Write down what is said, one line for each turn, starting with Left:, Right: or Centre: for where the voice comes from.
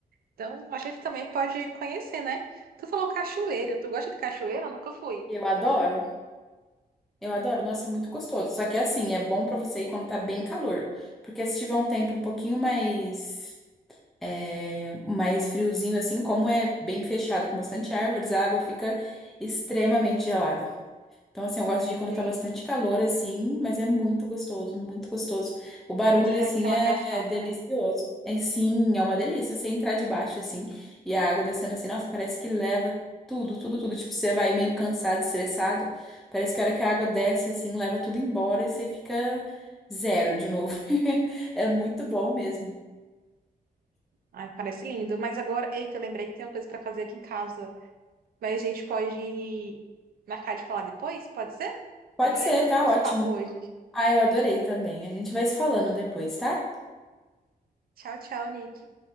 Right: Então, a gente também pode conhecer, né? Tu falou cachoeira. Tu gosta de cachoeira? Eu nunca fui.
Centre: Eu adoro. Eu adoro. Nossa, é muito gostoso. Só que é assim, é bom pra você ir quando tá bem calor. Porque se tiver um tempo um pouquinho mais é, mais friozinho assim, como é bem fechado com bastante árvores, a água fica extremamente gelada. Então, assim, eu gosto de ir quando
Right: Gente,
Centre: tá bastante calor, assim, mas é muito gostoso, muito gostoso. O barulho,
Right: deve ser
Centre: assim,
Right: aquela
Centre: é
Right: cascata,
Centre: delicioso.
Right: né?
Centre: É sim, é uma delícia. Você entrar debaixo, assim, e a água descendo assim, nossa, parece que leva tudo, tudo, tudo. Tipo, você vai meio cansado, estressado, parece que a hora que a água desce, assim, leva tudo embora e você fica zero de novo. <laughs> É muito bom mesmo.
Right: Ai, parece lindo. Mas agora, eita, eu lembrei que tem uma coisa para fazer aqui em casa. Mas a gente pode marcar de falar depois? Pode ser?
Centre: Pode
Right: Adorei
Centre: ser,
Right: muito
Centre: tá
Right: o nosso
Centre: ótimo.
Right: papo hoje.
Centre: Ah, eu adorei também. A gente vai se falando depois, tá?
Right: Tchau, tchau, Nick.